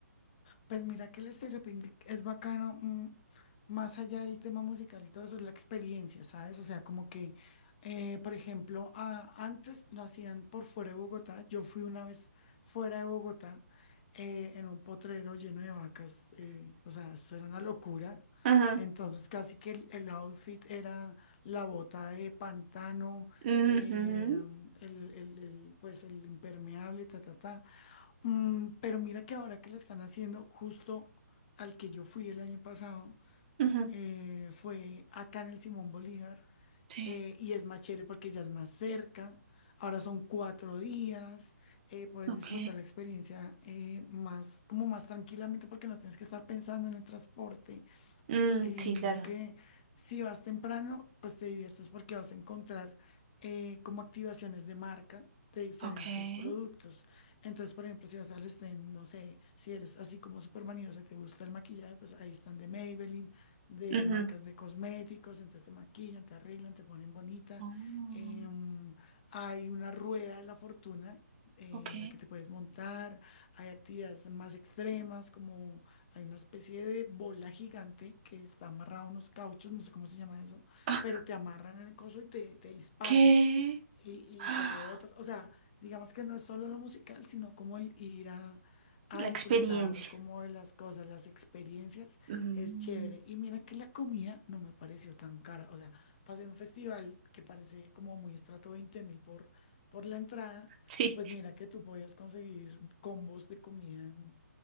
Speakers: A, on the left; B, on the right.
A: Pues mira que el Estéreo Picnic es bacano, mm, más allá del tema musical y todo eso, es la experiencia, ¿sabes? O sea, como que, eh, por ejemplo, a- antes lo hacían por fuera de Bogotá. Yo fui una vez fuera de Bogotá eh, en un potrero lleno de vacas. eh, o sea, esto era una locura.
B: Ajá,
A: Entonces, casi que el, el outfit era la bota de pantano,
B: Ujú,
A: eh, el, el- el, pues el impermeable, ta, ta, ta. Mm, pero mira que ahora que lo están haciendo, justo al que yo fui el año pasado,
B: ujú.
A: eh, fue acá en el Simón Bolívar,
B: Sí,
A: eh, y es más chévere porque ya es más cerca, ahora son cuatro días, eh, puedes
B: ok,
A: disfrutar la experiencia eh, más, como más tranquilamente porque no tienes que estar pensando en el transporte,
B: Mm,
A: y
B: sí,
A: mira
B: claro.
A: que si vas temprano, pues te diviertes porque vas a encontrar eh, como activaciones de marca de diferentes
B: ok.
A: productos. Entonces, por ejemplo, si vas al stand, no sé, si eres así como súper maniosa, te gusta el maquillaje, pues ahí están de Maybelline, de
B: Ujú.
A: marcas de cosméticos, entonces te maquillan, te arreglan, te ponen bonita.
B: Mm,
A: Em, hay una rueda de la fortuna eh,
B: ok.
A: en la que te puedes montar, hay actividades más extremas como hay una especie de bola gigante que está amarrada a unos cauchos, no sé cómo se llama eso,
B: <laughs>
A: pero te amarran en el coso y te, te disparan
B: ¿Qué?
A: y,
B: Ah,
A: y, pues rebotas. O sea, digamos que no es solo lo musical, sino como el ir a, a
B: La
A: disfrutar
B: experiencia.
A: como de las cosas, las experiencias,
B: Mm,
A: es chévere. Y mira que la comida no me pareció tan cara. O sea, pasé en un festival que parece como muy estrato veinte mil por, por la entrada,
B: Sí.
A: pues mira que tú podías conseguir combos de comida en